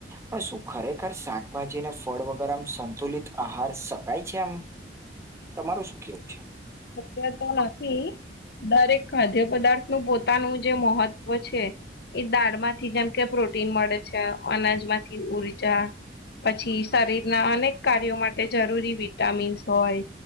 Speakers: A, on the right; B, on the left.
A: પણ શું ખરેખર શાકભાજી અને ફળ વગેરે સંતુલિત આહાર શકાય છે આમ? તમારો શું કેવું છે?
B: સત્ય તો નથી. દરેક ખાદ્ય પદાર્થ નું પોતાનું જે મહત્વ છે. એ દાળ માંથી, જેમ કે પ્રોટીન મળે છે, અનાજમાંથી ઉર્જા. પછી, શરીરના અનેક કાર્યો માટે જરૂરી વિટામિન્સ હોય